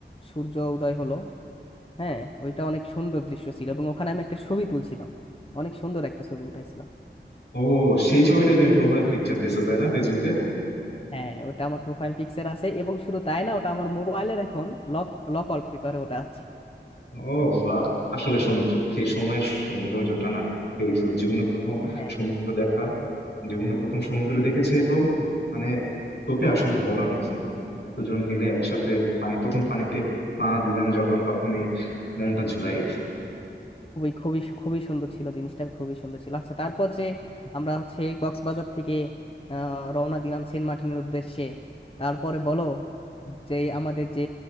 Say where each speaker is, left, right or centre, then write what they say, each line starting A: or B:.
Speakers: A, on the left; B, on the left.
A: সূর্য উদয় হলো হ্যাঁ ওইটা অনেক সুন্দর দৃশ্য ছিল এবং ওখানে আমি একটা ছবি তুলছিলাম অনেক সুন্দর একটা ছবি উঠাইছিলাম
B: ও সেই ছবিটাই তুমি প্রোফাইল পিকচার দিছো তাই না ফেসবুকে
A: হ্যাঁ ওটা আমার প্রোফাইল পিকচার আছে এবং শুধু তাই না ওটা আমার মোবাইলের এখন লক লক ওয়ালপেপারে ওটা আছে
B: ও বা আসলে সৌন্দর্য সেই সময়ের সৌন্দর্যটা না সেই ছিল জীবনে প্রথম
A: হ্যাঁ
B: সমুদ্র দেখা জীবনে প্রথম সমুদ্র
A: হুম,
B: দেখেছি এবং মানে তোকে আসলে বলার মতো না এতজন মিলে একসাথে পানি প্রথম পানিতে পা দিলাম যখন তখনই
A: হ্যাঁ
B: মনটা জুড়াই গেছে
A: খুবই খুবই সু- খুবই সুন্দর ছিল জিনিসটা খুবই সুন্দর ছিল আচ্ছা তারপর যে আমরা হচ্ছে কক্সবাজার থেকে আহ, রওনা দিলাম সেন্ট মার্টিনের উদ্দেশ্যে তারপরে বলো যে আমাদের যে